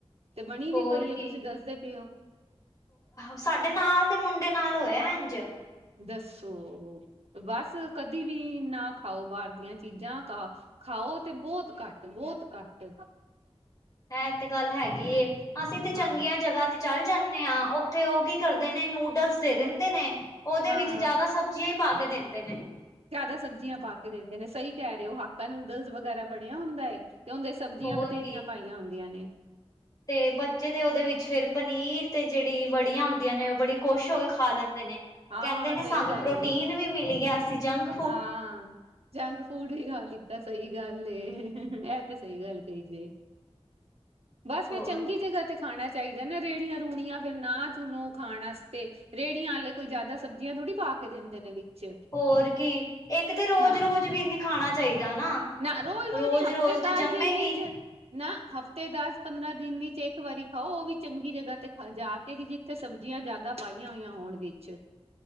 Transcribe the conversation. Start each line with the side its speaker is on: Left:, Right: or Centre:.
Right: ਤੇ ਬਨੀ
Left: ਹੋਰ
Right: ਵੀ ਪਈ ਏ
Left: ਕੀ
Right: ਤੁਸੀਂ ਦੱਸਦੇ ਪੇ ਓ।
Left: ਸਾਡੇ ਨਾਲ ਦੇ ਮੁੰਡੇ ਨਾਲ ਓਇਐ ਇੰਜ
Right: ਦੱਸੋ ਬਸ ਕਦੀ ਵੀ ਨਾ ਖਾਓ ਬਾਰ ਦੀਆਂ ਚੀਜਾਂ ਖਾ ਖਾਓ ਤੇ ਬੋਤ ਕੱਟ ਬੋਤ ਕੱਟ
Left: ਐ ਤੇ ਗੱਲ ਹੈਗੀ ਏ ਅਸੀਂ ਤੇ
Right: ਹਾਂ
Left: ਚੰਗੀਆਂ ਜਗਾ ਤੇ ਚਲ ਜਾਂਨੇ ਆਂ, ਉੱਥੇ ਓ ਕੀ ਕਰਦੇ ਨੇ ਨੂਡਲਸ ਦੇ
Right: ਹਾਂ
Left: ਦਿੰਦੇ ਨੇ ਓਦੇ
Right: ਹਾਂ
Left: ਵਿੱਚ ਜਿਆਦਾ ਸਬਜ਼ ਜੀਆਂ ਈ ਪਾ ਕੇ ਦਿੰਦੇ ਨੇ।
Right: ਜਾਦਾ ਸਬਜ਼ੀਆਂ ਪਾ ਕੇ ਦਿੰਦੇ ਨੇ ਸਈ ਕੈ ਰੇ ਓ ਹਾਕਾ ਨੂਡਲਸ ਵਗੈਰਾ ਬਣਿਆ ਹੁੰਦਾ ਏ ਤੇ ਉਂਦੇ 'ਚ ਸਬਜ਼ੀਆਂ
Left: ਹੋਰ
Right: ਬਤੇਰੀਆਂ
Left: ਕੀ
Right: ਪਾਈਆਂ ਹੁੰਦੀਆਂ ਨੇ
Left: ਤੇ ਬੱਚੇ ਤੇ ਓਦੇ ਵਿੱਚ ਫੇਰ ਪਨੀਰ ਤੇ ਜੇੜੀ ਵੜੀਆਂ ਉਂਦੀਆਂ ਨੇ ਓ ਬੜੀ ਖੁਸ਼ ਹੋ ਕੇ ਖਾ ਲੈਂਦੇ ਨੇ।
Right: ਹਾਂ
Left: ਕੈਂਦੇ ਨੇ
Right: ਸਹੀ
Left: ਸਾਨੂੰ
Right: ਗੱਲ
Left: ਪ੍ਰੋਟੀਨ
Right: ਏ
Left: ਵੀ ਮਿਲ ਗਿਆ ਅਸੀਂ ਜੰਗ
Right: ਹਾਂ ਜੰਕ ਫੂਡ ਵੀ ਖਾ ਲੀਤਾ ਸਈ ਗੱਲ ਏ ਇਹ ਤੇ ਸਈ ਗੱਲ ਕਹੀ ਜੇ। ਬੱਸ ਫੇ
Left: ਹੋਰ
Right: ਚੰਗੀ ਜਗ੍ਹਾ ਤੇ ਖਾਣਾ ਚਾਹੀਦੈ ਨਾ ਰੇੜੀਆਂ-ਰੂੜੀਆਂ ਫੇਰ ਨਾ ਚੁਨੋ ਖਾਣ ਆਸਤੇ। ਰੇੜੀਆਂ ਆਲੇ ਕੋਈ ਜਾਦਾ ਸਬਜ਼ੀਆਂ ਥੋੜ੍ਹੀ ਪਾ ਕੇ ਦਿੰਦੇ ਨੇ ਵਿੱਚ
Left: ਹੋਰ ਕੀ ਏਕ ਤੇ ਰੋਜ-ਰੋਜ
Right: ਹਾਂ
Left: ਵੀ ਨੀ ਖਾਣਾ ਚਾਹੀਦਾ ਨਾ।
Right: ਨਾ ਰੋਜ-ਰੋਜ
Left: ਰੋਜ਼
Right: ਨੀ ਹਫ਼ਤੇ
Left: ਰੋਜ਼
Right: ਦੱਸ
Left: ਤੇ ਜੰਮੇਗੀ
Right: ਦਿਨ ਈਚ ਨਾ ਹਫਤੇ ਦਸ ਪੰਦਰਾਂ ਦਿਨ ਈਚ ਇੱਕ ਵਾਰੀ ਖਾਓ ਓ ਵੀ ਚੰਗੀ ਜਗਾ ਤੇ ਖ ਜਾ ਕੇ ਕੀ ਜੀ ਤੇ ਸਬਜ਼ੀਆਂ ਜਾਦਾ ਪਾਈਆਂ ਓਈਆਂ ਹੋਣ ਵਿੱਚ